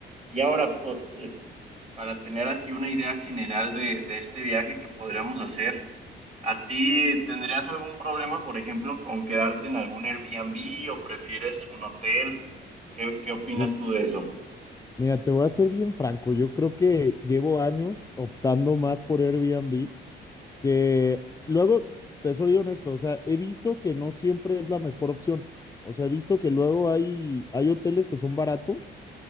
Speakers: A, on the right; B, on the left.
A: Y ahora, o- eh, para tener así una idea general de, de este viaje que podríamos hacer, ¿a ti tendrías algún problema, por ejemplo, con quedarte en algún Airbnb o prefieres un hotel? ¿Qué, qué opinas
B: Mi-
A: tú de eso?
B: Mira, te voy a ser bien franco. Yo creo que llevo años optando más por Airbnb que luego, te soy honesto, o sea, he visto que no siempre es la mejor opción. O sea, he visto que luego hay, hay hoteles que son baratos